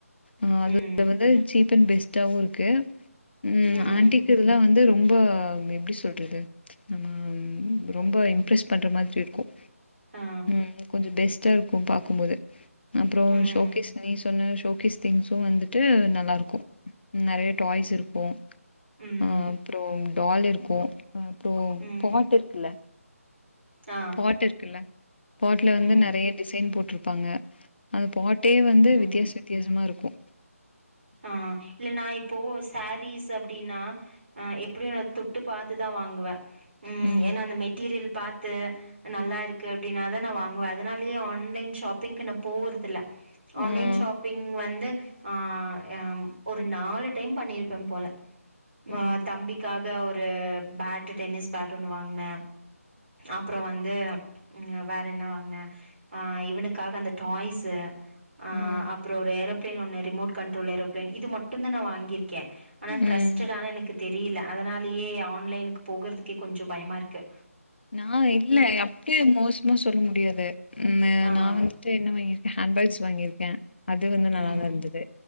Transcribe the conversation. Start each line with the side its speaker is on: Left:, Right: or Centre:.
Left: ஆ அதுல
Right: ம்
Left: வந்து சீப் பன் பெஸ்ட்டாவு இருக்கு உம்
Right: ம்
Left: ஆண்டிக்கு இதெல்லா வந்து ரொம்ப ஆ நா எப்டி சொல்றது நம்ம ம் ரொம்ப இம்ப்ரெஸ் பண்ற மாதிரி இருக்கு
Right: ஆ
Left: உம் கொஞ்ச பெஸ்ட்டா இருக் கு பாக்கும்போது அப்பற
Right: ம்
Left: ஷோகேஸ் நீ சொன்ன ஷோ ஷோக்கேஸ் திங்ஸு வந்துட்டு நல்லாருக்கு நெறைய டாய்ஸ் இருக்கு கு
Right: ம்
Left: அ அப்புற டால் இருக்கு ஆ அப்றோ
Right: ம்
Left: பாட் இருக்குல்ல
Right: ஆ
Left: பாட் இருக்குல்ல பாட்ல வந்து
Right: ம்
Left: நிறைய டிசைன் போட்ருக் பாங்க அந்த பாட்டே வந்து
Right: ம்
Left: வித்தியாச வித்தியாசமா இருக் கோ
Right: ஆ இல்ல நா இப்போ சா ரிஸ் அப்படின்னா அ எப்படியு நா தொட்டு பாத்துதா வாங்குவே உம்
Left: ம்
Right: ஏன்னா அந்த மெட்டீரியல் பாத்து நல்லா இருக்கு அப்படின்னாதா நா வாங்குவே அதனாலயே ஆன்லைன் ஷாப்பிங்க்கு நா போர்தில்ல ஆன்லைன்
Left: ம்
Right: ஷாப்பிங் வந்து ஆ ஆ ஒரு நாலு டைம் பண்ணியிருப்பே போல மா
Left: ம்
Right: தம்பிக்கா த ஒரு பேட் டென்னிஸ் பேட் ஒண்ணு வாங்குன அப்றோ வந்து ம் வேற என்ன வாங்குன ஆ இவனுக்காக அந்த டாய்ஸ்சு ஆ
Left: ம்
Right: அப்றோ ஒரு ஏரோ ப்ளேன் ஒன்னு ரிமோட் கண்ட்ரோல் ஏரோபிளேன் இது மட்டுதா நா வாங்கியிரு கே ஆனா ட்ரஸ்ட்டானு
Left: ம்
Right: எனக்கு தெரி ரில அதனாலயே ஆன்லைனுக்கு போகறத்துக்கே கொஞ்சோ பயமாருக்கு
Left: நா இல்ல அப்டே மோசமா சொல்ல முடியாது ம்மு
Right: ஆ
Left: நா வந்துட்டு என்ன வாங்கிருக்கே ஹேண்ட் பேக்ஸ் வாங்கிருக்கே அது வந்து நல்லா
Right: ம்
Left: தாருந்தது